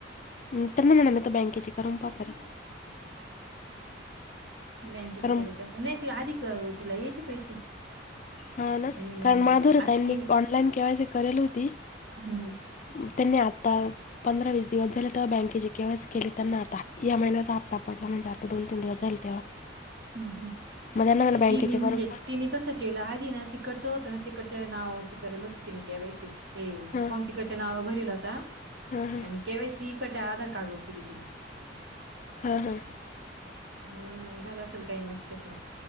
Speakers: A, on the left; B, on the right.
A: हुं त्याना म्हणा, बँकेची करुन पाहा बर.
B: बँकेची
A: कारण
B: करायची, अस नाही आधी अ तिला यायचे पैसे.
A: हा ना.
B: आणि
A: काल माधुरीताईंनी
B: आ तिने
A: ऑनलाईन केवायसी करेल होती.
B: हम्म
A: म त्यांनी आता पंधरा वीस दिवस झाले तेव्हा, बँकेचे केवायसी केली त्यांना आता ए महिनाचा हपता पडला, म्हणल आता दोन तीन दिवस झाले, तेव्हा
B: हम् हम्
A: मग त्यांना मला बँकेचे
B: तिनी
A: करून
B: म्हणजे तिनी कसं? केलं. आधी ना तिकडचं होतं ना, तिकडच्या नावावरती करेल होतं. तिनी केवायसी हे
A: हां
B: फॉर्म तिकडच्या नावावर भरीवला होता
A: हां हां
B: आणि केवायसी हिकडच्या आधार कार्डवर केली ती न.
A: हा हा.
B: म्हणून मग झालं असेल, काही मिस्टेक मग